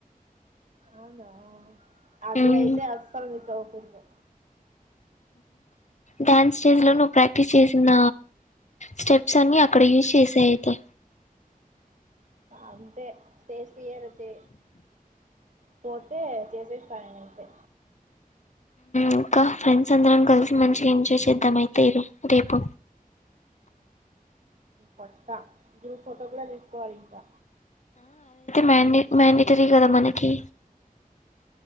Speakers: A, on the right; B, on the left.
A: అవునా అది
B: మ్మ్
A: అయితే అస్సలు మీస్ అవ్వకూడదు
B: డ్యాన్స్ స్టేజ్ లో నువ్ ప్రాక్టీస్ చేసిన స్టెప్స్ అన్ని అక్కడ ఎయ్ విశ్‌ చెసెయ్ అయితే
A: అంతే స్టేజ్ఫియరచ్చే పోతే చేసేస్తానమో నేనయితే
B: ఇంకా ఫ్రెండ్స్ అందరం కలిసి మంచిగా ఎంజాయ్ చేద్దాం అయితే ఇ రేపు
A: పట్టా గ్రూప్ ఫోటో కూడా తీసుకోవాలి ఇంకా
B: మ్యాన్ మ్యాడిటరీ కదా మనకి